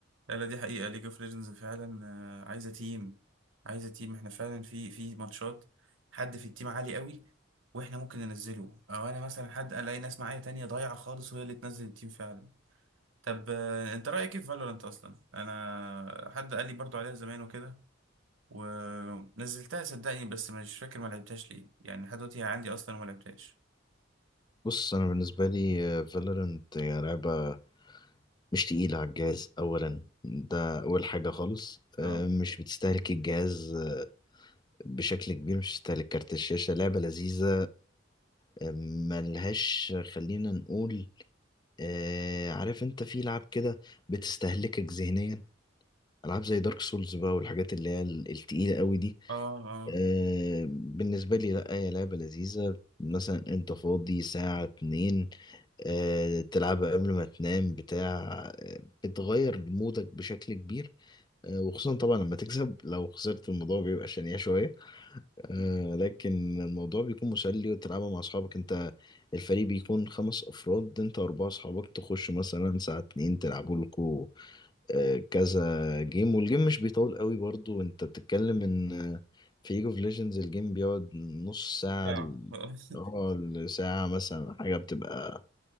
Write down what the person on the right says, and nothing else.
لا لا دي حقيقة ليج اوف ليجندز فعلا آه، عايزة تيم عايزة تيم احنا فعلا في في ماتشات حد في التيم عالي قوي واحنا ممكن ننزله او انا مثلا حد الاقي ناس معايا تانية ضايعة خالص وهي اللي تنزل التيم فعلا طب آه، انت رأيك ايه في فالورانت اصلا انا حد قال لي برضو عليها زمان وكده ونزلتها صدقني بس مش فاكر ما لعبتهاش ليه يعني لحد دلوقتي هي عندي اصلا وما لعبتهاش
اه
اه اه
يعني
<laughs>